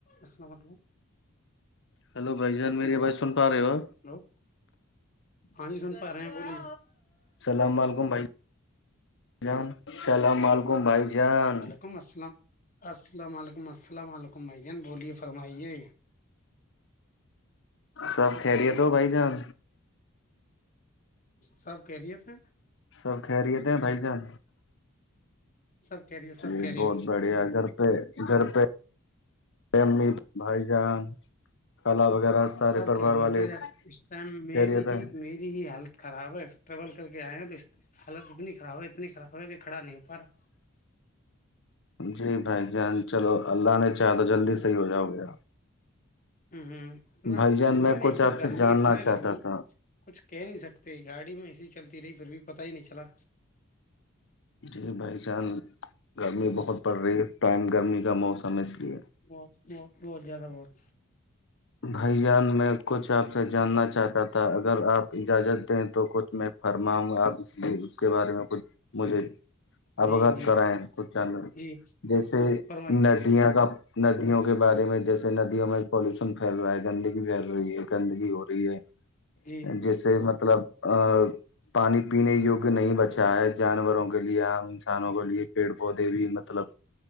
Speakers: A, on the left (about 40°); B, on the left (about 60°).
A: السلام علیکم
B: ہلو بھائی جان میری آواز سن پا رہے ہو
A: ہلو ہاں ج سن پا رہے ہیں بولی
B: السلام علیکم بھائی جان السلام علیکم بھائی جان
A: ولیکم السلام السلام علیکم السلام علیکم بھائی جان بولیے فرمائیے
B: سب خیریت ہو بھائی جان
A: سب کہہرییے تھے
B: سب خیریت ہیں بھائی جان
A: سب خیریت سب
B: جی
A: خیریت
B: بہت بڑھیا گھر پہ گھر پہمی بھائی جان کالا وغیرہ سارے
A: سب
B: پریوار
A: کہہ رہیےتے
B: والے
A: اس ٹائم
B: خیریت
A: میری ہی
B: ہیں
A: میری ی حالت خراب ہے ٹریول کر کے آئے ہیں تو حالت اتنی خراب ہے اتنی خراب ہے کہ کھڑا نہیں ہو پا رہا
B: جی بھائی ج چلو اللہ نے چاہا تو جلدی صحیح ہو جاؤ گے آپ
A: ہوں ہوں اتنا
B: بھائی
A: اتنا
B: جان میں
A: مہنگی
B: کچھ آپ
A: گرمی
B: سے جاننا
A: اتنا
B: چاہتا
A: گرمی
B: تھا
A: کچھ کہہ نہیں سکتے گاڑی میں ایسی چلتی رہی پھر بھی پتا ہی نہیں چلا
B: جی بھائی چان گرمی
A: ہوں
B: بہت پڑ رہی ہے اس ٹائم گرمی کا موسم ہے اس لیے
A: بہت بہت بہت زیادہ بہت
B: بھائی جان میں کچھ آپ سے جاننا چاہتا تھا اگر آپ اجازت دیں تو کچھ میں فرماؤں آپ اس لیے اس کے بارے میں کچھ مجھے اوگت
A: جی جی
B: کرائے ہیں کچھ چانل
A: جی
B: جیسے
A: فرمائی
B: ن یاں کا ندیوں کے بارے میں جیسے ندیوں میں پالوش پھیل رہا ہے گندگی پھیل رہی ہے گندگی ہو رہی ہے
A: جی
B: جیسے مطلب آ <unintelligible> پانی پینے یوگ نہیں بچا ہے جانوروں کے لیے عام انسانوں کے لیے پیڑ پودے بھی مطلب